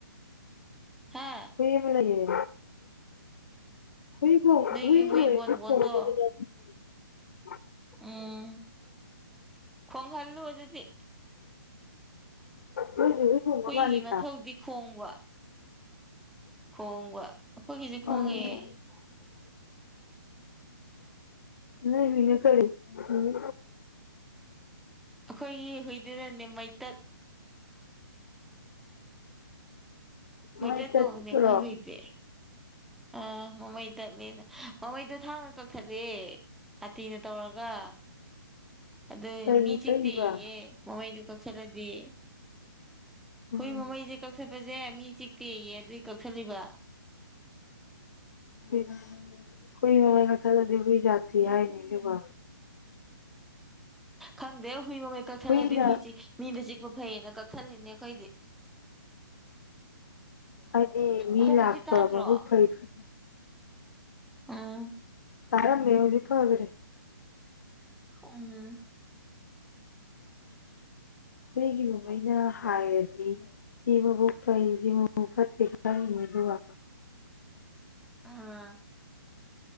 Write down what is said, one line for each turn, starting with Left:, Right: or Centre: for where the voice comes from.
Centre: ꯍꯥꯥ
Left: <unintelligible> ꯕ ꯂꯩ ꯍꯨꯏ
Centre: ꯅꯣꯏꯒꯤ
Left: ꯍꯨꯏ <unintelligible>
Centre: ꯕꯣꯟꯕꯣꯟꯗꯣ ꯎꯝ ꯈꯣꯡꯒꯜꯂꯨ ꯑꯗꯨꯗꯤ
Left: ꯅꯣꯏꯁꯨ ꯈꯣꯡꯕ
Centre: ꯍꯨꯏ
Left: ꯃꯥꯜꯂꯤꯗ
Centre: ꯃꯊꯧꯗꯤ ꯈꯣꯡꯕ ꯈꯣꯡꯕ ꯑꯩꯈꯣꯏꯒꯤꯁꯦ ꯈꯣꯡꯉꯦ
Left: ꯃꯥꯅꯦ
Centre: <inaudible>
Left: ꯎꯝ ꯅ ꯃꯤꯅꯦ ꯈꯔꯤ ꯃꯤ
Centre: ꯑꯩꯈꯣꯏꯒꯤ ꯍꯨꯏꯗꯨꯅꯅꯦ ꯃꯩꯇꯠ ꯃꯩꯇꯩꯠ
Left: ꯃꯥꯏ ꯆꯠꯇ꯭ꯔꯣ
Centre: ꯀꯧꯕꯅꯦ ꯑꯩꯈꯣꯏ ꯍꯨꯏꯗꯦ ꯑꯥ ꯃꯃꯩ ꯇꯠꯂꯦꯅ ꯃꯃꯩꯗꯣ ꯊꯥꯔ ꯀꯛꯊꯠꯂꯦ ꯑꯥꯇꯤꯅ ꯇꯧꯔꯒ ꯑꯗꯨ
Left: ꯀꯩꯒꯤ
Centre: ꯃꯤ ꯆꯤꯛꯇꯤꯌꯦ
Left: ꯀꯛꯏꯕ
Centre: ꯃꯃꯩꯗꯨ ꯀꯛꯁꯜꯂꯗꯤ
Left: ꯎꯝ
Centre: ꯍꯨꯏ ꯃꯃꯩꯁꯦ ꯀꯛꯊꯠꯄꯁꯦ ꯃꯤ ꯆꯤꯛꯇꯦꯌꯦ ꯑꯗꯨꯏ ꯀꯛꯊꯠꯂꯤꯕ
Left: ꯤꯁ ꯍꯣꯏ ꯃꯃꯥꯏ ꯀ ꯊ ꯀꯗꯤꯕꯕꯤ ꯌꯥꯇ ꯍꯥꯏꯅꯤꯅꯦꯕ
Centre: ꯈꯪꯗꯦ ꯍꯨꯏ ꯃ ꯁꯂꯗꯤ
Left: ꯍꯨꯏꯅ
Centre: ꯍꯨꯏꯁꯤ ꯃꯤꯗ ꯆꯤꯛꯄ ꯐꯩꯌꯦꯅ ꯀꯛꯊꯜꯂꯤꯅꯦ ꯑꯩꯈꯣꯏꯗꯤ
Left: ꯍꯥꯏꯗꯤ ꯃꯤ
Centre: ꯈꯣꯡꯉꯤꯁꯤ
Left: ꯂꯥꯛꯄꯕꯨ
Centre: ꯇꯥꯗ꯭ꯔꯣ
Left: ꯐꯩ ꯐꯦ
Centre: ꯎꯝ
Left: ꯇꯔ ꯃꯦꯎꯂꯤ ꯐ ꯑꯣꯏꯕꯔꯦ
Centre: ꯎꯝ
Left: ꯎ ꯑꯩꯣꯏꯒꯤ ꯃꯨꯝꯃꯩꯅ ꯍꯥꯏꯔꯗꯤ ꯁꯤ ꯃꯕꯨꯛ ꯀꯁꯤ ꯃ ꯐꯠꯇꯦ ꯈꯪꯅꯤ ꯑꯗꯨꯒ
Centre: ꯑ